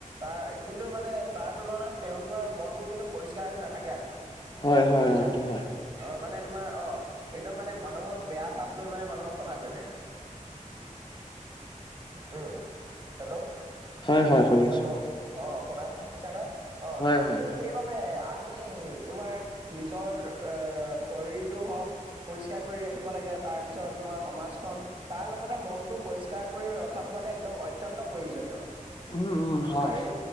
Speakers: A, on the right; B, on the left.
A: তাৰ কিন্তু মানে তাৰ তুলনাত তেওঁলোকৰ মন বোৰ কিন্তু পৰিষ্কাৰ হৈ নাথাকে আকৌ।
B: হয় হয়
A: বুজিছা,
B: অঁ সেইটো হয়।
A: অ' মানে তোমাৰ অ' একদম মানে মানুহক বেয়া ভাৱ লৈ মানে মানুহক কথা কৈ থাকে। উম, হেল্ল'?
B: হয়, হয়, শুনি আছো।
A: হেল্ল' অ' শুনাছে শুনিছো নহয় অ'
B: হয় হয়।
A: সেইবাবে আমি তোমাৰ নিজৰ এ শৰীৰটো হওক পৰিষ্কাৰ কৰি ৰাখিব লাগে তাৰপিছত তোমাৰ সমাজখন তাৰ লগতে মনটো পৰিষ্কাৰ কৰি ৰখাটো মানে একদম অত্তন্ত প্ৰয়োজনীয়।
B: উম উম হয়।
A: আৰু